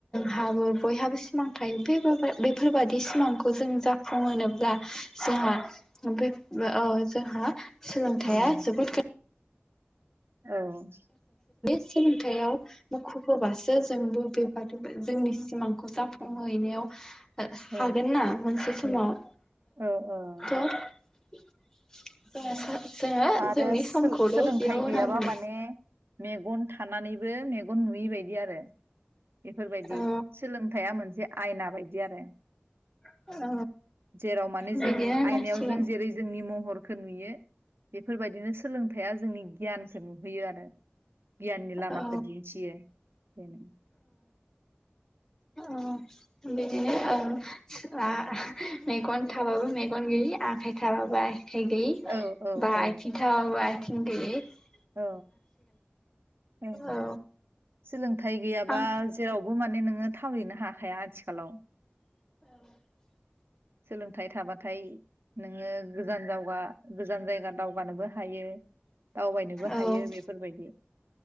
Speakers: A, on the left; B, on the right.
A: हाबो बयहाबो सिमां थायो बेफोर बायदि सिमां खौ जों जाफुंहोनोबा दा जोंहा ओमफाय ओ जोंहा सोलोंथाइया
B: उम
A: जोबोद
B: औ
A: सोलोंथायाव मुखुब होबासो जोंबो बेबादिबो जोंनि सिमांखौ जाफुंहैनायाव
B: औ
A: हागोनना मोनसे समाव
B: औ औ
A: थ' <inaudible>
B: आरो
A: जोंनि
B: सो-सोलोंथाइ
A: समखौल' बेयाव होनांगोन
B: गैयाबा माने मेगन थानानैबो मेगन नुयैबायदि आरो बेफोरबायदि
A: औ
B: सोलोंथाइया मोनसे जे आयना बायदि आरो
A: औ
B: जेराव माने
A: बिदिनो
B: जों
A: होनांसिगोन
B: आयनायाव जों जेरै जोंनि महर खो नुयो बेफोरबायदिनो सोलोंथाइया जोंनि गियानखौ नुहैयो आरो गियाननि लामाखौ
A: औ
B: दिन्थियो बेनो
A: ओ बिदिनो ओ आ मेगन थाबाबो मेगन गैयि आखाइ थाबाबो आखाइ गैयि
B: औ औ
A: बा
B: औ
A: आथिं थाबाबो आ <unintelligible>
B: औ ओं
A: औ
B: सोलोंथाइ गैयाबा
A: आं
B: जेरावबो मान माने नोङो थावरिनो हाखाया आथिखालाव
A: औ
B: सोलों सोलोंथाय थाबाथाय नोङो गोजान जावगा गोजान जायगा दावगानोबो हायो दावबायनोबो
A: औ
B: हायो बेफोरबायदि